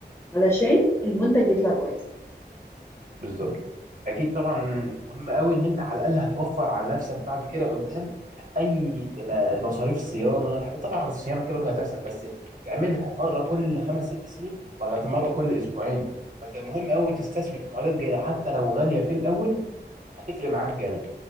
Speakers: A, on the left; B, on the right.
A: علشان المنتج يطلع كويس
B: بالظبط اكيد طبعا مهم قوي ان انت على الاقل هتوفر على نفسك بعد كده قدام اي ما- مصاريف صيانه طبعا الصيانه كده كده هتحصل بس تعملها مره كل خمس ست سنين ولا مره كل اسبوعين فانت مهم قوي تستثمر في معدات جيده حتى لو غاليه في الاول هتفرق معاك جامد